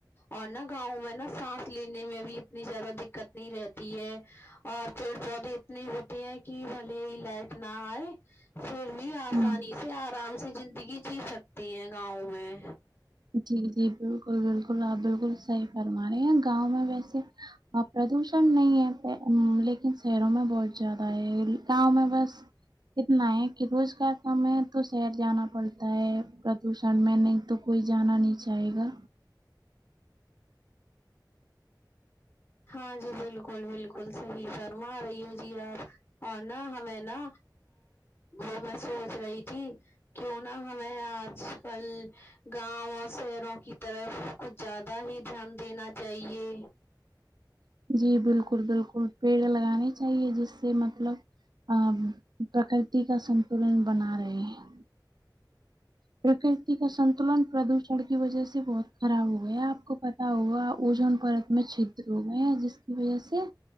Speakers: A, on the left; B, on the right.
A: اور نا گاؤں میں نا سانس لینے میں بھی اتنی زیادہ دککت نہیں رہتی ہے اور پیڑ پودے اتنے ہوتی ہیں کہ بھلے ہی لائٹ نہ آئے پھر بھی آسانی
B: ہاں
A: سے آرام سے زندگی جی سکتے ہیں گاؤں میں
B: جی جی بالکل بالکل آپ بالکل صحیح فرما رہے ہیں گاؤں میں ویسے ہاں پردوشن نہیں ہے لیکن شہروں میں بہت زیادہ ہے گاؤں میں بس اتنا ںی کہ روزگار کام میں تو شہر جانا پڑتا ہے پردوشن میں نہیں تو کوئی جانا نہیں چاہے گا
A: ہاں جی بالکل بالکل صحیح فرما رہی ہو جی آپ اور نہ ہمیں نہ وہ میں سوچ رہی تھی کیوں نا ہمیں آج کل گاؤں اور شہروں کی طرف کچھ زیادہ ہی دھیان دینا چاہیے
B: جی بالکل بالکل پیڑ لگانے چاہیے جس سے مطلب ا پرکرتی کا سنتلن بنا رہے ہیں پرکرتی کا سنتولن پردوشن شن کی وجہ سے بہت خراب ہو گیا آپ کو پتا ہوا اوجن پرت میں چ رہو گئے جس کی وجہ سے